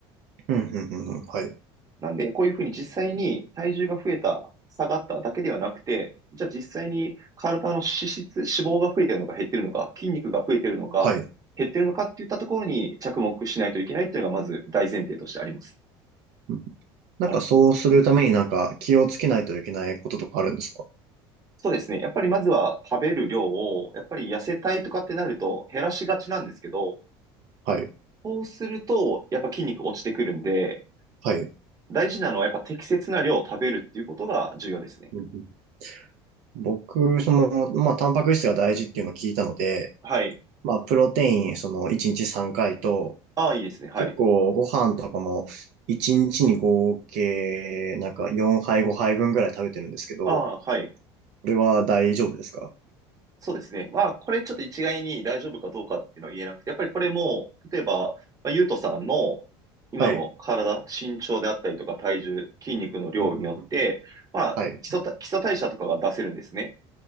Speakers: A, on the right; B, on the right.
A: うんうんうんうん。はい。
B: なんで、こういうふうに実際に体重が増えた、下がっただけではなくて、じゃあ実際に体の脂質、脂肪が増えてるのか減ってるのか、筋肉が増えてるのか、
A: はい。
B: 減ってるのかっていったところに着目しないといけないっていうのがまず大前提としてあります。
A: うんなんかそうするためになんか気をつけないといけないこととかあるんですか
B: はいそうですね。やっぱりまずは食べる量を、やっぱり痩せたいとかってなると減らしがちなんですけど、
A: はい。
B: そうするとやっぱ筋肉落ちてくるんで、
A: はい。
B: 大事なのはやっぱ適切な量を食べるっていうことが重要ですね。
A: うんうん僕、その、まあ、タンパク質が大事っていうのを聞いたので、
B: はい。
A: まあ、プロテイン、その、1日3回と、
B: ああ、いいですね。はい。
A: 結構ご飯とかも、1日にちに合計、なんか4杯5杯分ぐらい食べてるんですけど、
B: ああ、はい。
A: これは大丈夫ですか
B: そうですね。まあ、これちょっと一概に大丈夫かどうかっていうのは言えなくて、やっぱりこれも、例えば、まあ、ゆうとさんの今の体、
A: はい。
B: 身長であったりとか体重、筋肉の量によって、
A: うんうんうん
B: まあ、
A: はい。
B: 基礎た基礎代謝とかが出せるんですね。